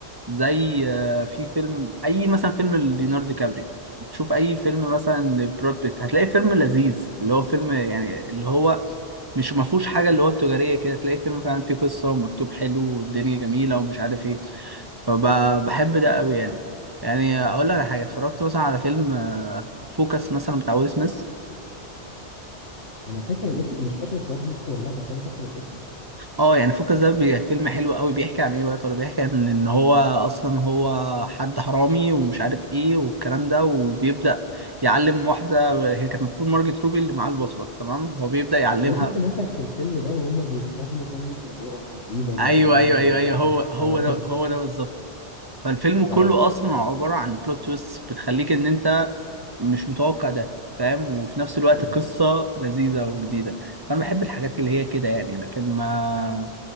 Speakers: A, on the right (about 20°); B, on the left (about 85°).
A: زي آه، في فيلم اي مثلا فيلم ليوناردو دي كابريو تشوف اي فيلم مثلا لبراد بيت هتلاقي فيلم لذيذ اللي هو فيلم يعني اللي هو مش ما فيهوش حاجه اللي هو التجاريه كده تلاقي فيلم فعلا فيه قصه ومكتوب حلو والدنيا جميله ومش عارف ايه فبحب ده قوي يعني يعني اقول لك على حاجه اتفرجت مثلا على فيلم آه، فوكس مثلا بتاع ويل سميث
B: انا فاكر الاسم مش فاكر الصراحه شفته ولا لا بس انا فاكر الاسم ده
A: اه يعني فوكس ده بي- فيلم حلو قوي بيحكي عن ايه بقى يا ترى بيحكي عن ان هو اصلا هو حد حرامي ومش عارف ايه والكلام ده وبيبدأ يعلم واحدة هي كانت المفروض مارجت روبي اللي معاه البطلة تمام هو بيبدأ يعلمها
B: انا شفت مشهد في الفيلم ده وهم بيتراهنوا كام واحد هيقف تقريبا
A: ايوه
B: ولا كام
A: ايوه
B: واحد
A: ايوه
B: هيسقف
A: ايوه هو هو
B: <laughs> اه
A: ده هو ده بالظبط فالفيلم كله
B: اه
A: اصلا عبارة عن بلوت تويست بتخليك ان انت مش متوقع ده فاهم وفي نفس الوقت
B: اه
A: قصة لذيذة وجديدة فانا بحب الحاجات اللي هي كده يعني لكن ما